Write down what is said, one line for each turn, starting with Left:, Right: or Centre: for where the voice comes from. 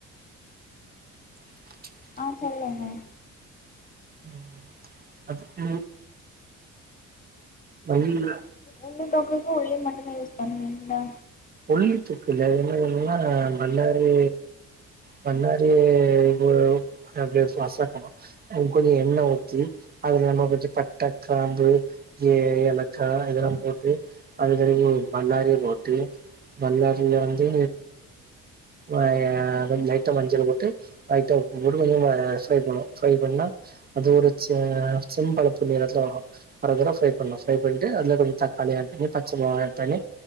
Right: <inaudible>
Left: ஆ சொல்லுங்க
Right: ம் அதுக்கு வழியில்ல
Left: உள்ள தொக்குக்கு உள்ளி மட்டுந்தா யூஸ் பண்ணுவீங்களா
Right: உள்ளி தொக்குல்ல அது என்ன சொன்னனா பல்லாரி பல்லாரி இதுவு அப்படியே மசக்கணு ஆ கொஞ்சோ எண்ணெ ஊத்தி அதுல நம்ம கொஞ்ச பட்ட கிராம்பு கீ ஏலக்கா இதெல்லா போட்டு அதுக்கடுக்கு பல்லாரிய போட்டு பல்லாாரில வந்து ஆ கொஞ்ச லைட்டா மஞ்சள போட்டு லைட்டா உப்பு போட்டு கொஞ்ச ஆ ஃப்ரை பண்ணு ஃப்ரை பண்ணா அது ஒரு ச செம்பழுப்பு நிறத்துல வரு வரகற ஃப்ரை பண்ணு ஃப்ரை பண்ட்டு அதுல கொஞ்ச தக்காளி ஆட் பண்ணி பச்சமொளகா ஆட் பண்ணி